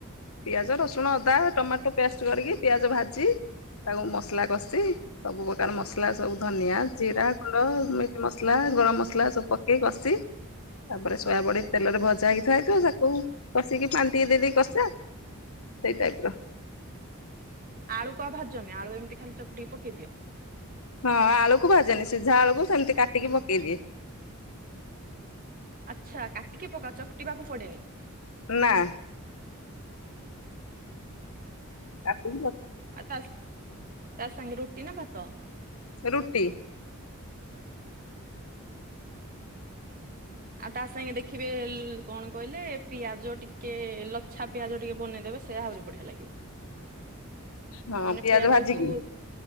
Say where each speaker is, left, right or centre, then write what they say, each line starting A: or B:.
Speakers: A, on the left (about 85°); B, on the right (about 40°).
A: ପିଆଜ ରସୁଣ ଅଦା ଟମାଟୋ ପେଷ୍ଟ କରିକି ପିଆଜ ଭାଜି ତାକୁ ମସଲା କଷି ସବୁ ପ୍ରକାର ମସଲା ସବୁ ଧନିଆ, ଜିରା ଗୁଣ୍ଡ, ମିଟ ମସଲା, ଗରମ ମସଲା, ସବୁ ପକେଇ କଷି ତାପରେ ସୋୟା ବଡି ତେଲରେ ଭଜା ହେଇକି ଥାଏ ତ ତାକୁ କଷିକି ପାଣିଟିକେ ଦେଇ ଦେଇକି କଷା ସେଇ ଟାଇପର
B: ଆଳୁ କଅ ଭାଜନା ଆଳୁ ଏମିତି ଖାଲି ଚକଡିକି ପକେଇ ଦିଅ।
A: ହଁ ଆଳୁକୁ ଭାଜେନି ସିଝା ଆଳୁକୁ ସେମିତି କାଟିକି ପକେଇଦିଏ।
B: ଆଚ୍ଛା କାଟିକି ପକା ଚକଟିବାକୁ ପଡେନି
A: ନାଁ।
B: ହୁଁ
A: କାଟିକି
B: ଆଉ ତାସା ତା ସାଙ୍ଗେ ରୁଟି ନା ଭାତ?
A: ରୁଟି।
B: ଆଉ ତା ସାଙ୍ଗେ ଦେଖିବେ ଲ କଣ କହିଲେ ପିଆଜ ଟିକେ ଲଚ୍ଛା। ପିଆଜ ଟିକେ ବନେଇଦବେ ସେ ଆହୁରି ବଢିଆ ଲାଗିବ।
A: ହଁ
B: ମାନେ ପିଆଜ
A: ଭାଜିକି
B: କୁ।